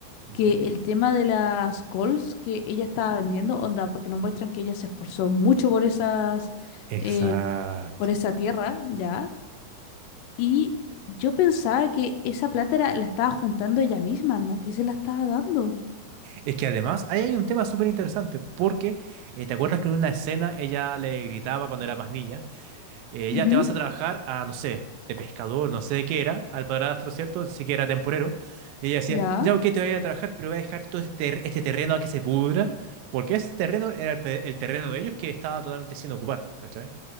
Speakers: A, on the right; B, on the left.
A: Ujú.
B: que el tema de las calls que ella estaba vendiendo, onda, porque nos muestran que ella se esforzó mucho por esas,
A: Exacto.
B: eh, por esa tierra, ¿ya? Y yo pensaba que esa plata era- la estaba juntando ella misma, ¿no? Que se la estaba dando.
A: Es que además ahí hay un tema súper interesante, porque eh, ¿te acuerdas que en una escena ella le gritaba cuando era más niña? Eh,
B: Ujú,
A: ya te vas a trabajar a, no sé, de pescador, no sé de qué era, al padrastro, ¿cierto? Sí que era temporero. Y ella decía,
B: ya.
A: ya, ok, te voy a trabajar, pero voy a dejar todo este, ter- este terreno a que se pudra, porque ese terreno era el, pe- el terreno de ellos que estaba totalmente sin ocupar, ¿cachai?